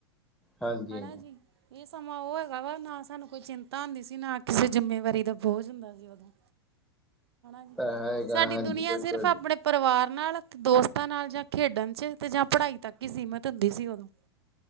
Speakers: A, in the centre; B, on the right.
A: ਹਾਂਜੀ
B: ਹਨਾ ਜੀ। ਇਹ ਸਮਾਂ ਉਹ ਹੈਗਾ ਵਾ ਨਾ ਸਾਨੂੰ ਕੋਈ ਚਿੰਤਾ ਹੁੰਦੀ ਸੀ, ਨਾ ਕਿਸੇ ਜਿੰਮੇਵਾਰੀ ਦਾ ਬੋਝ ਹੁੰਦਾ ਸੀ ਉਦੋਂ। ਜੀ,
A: ਤਾਂ ਹੈਗਾ
B: ਸਾਡੀ
A: ਹਾਂਜੀ
B: ਦੁਨੀਆਂ
A: ਬਿਲਕੁਲ
B: ਸਿਰਫ਼ ਆਪਣੇ ਪਰਿਵਾਰ ਨਾਲ, ਦੋਸਤਾਂ ਨਾਲ ਜਾਂ ਖੇਡਣ 'ਚ, ਜਾਂ ਪੜ੍ਹਾਈ ਤੱਕ ਹੀ ਸੀਮਿਤ ਹੁੰਦੀ ਸੀ ਉਦੋਂ।